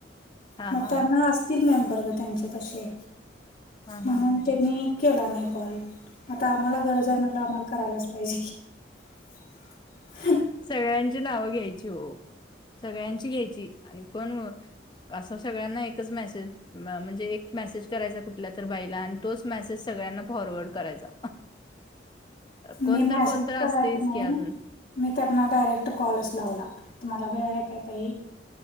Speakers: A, on the left; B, on the left.
A: हां,
B: मग
A: हां,
B: त्यांना
A: हां.
B: त मेंबर ग त्यांचे तसे
A: हां,
B: म्हणून
A: हां, हां,
B: त्यांनी
A: हां.
B: केला नाही कॉल आता आम्हाला गरज आहे म्हटल आम्हाला करायलाच पाहिजे की <unintelligible>
A: सगळ्यांची नाव घ्यायची हो सगळ्यांची घ्यायची आणि कोण असं सगळ्यांना एकच मेसेज म्हणजे एक मेसेज करायचा कुठल्या तर बाईला तोच मेसेज सगळ्यांना फॉरवर्ड करायचा अ, कोण
B: मी मेसेज
A: तर कोण तर
B: करायला
A: असतंयच
B: नाही
A: की अजून.
B: मी त्यांना डायरेक्ट कॉलच लावला तुम्हाला वेळ आहे काहीतही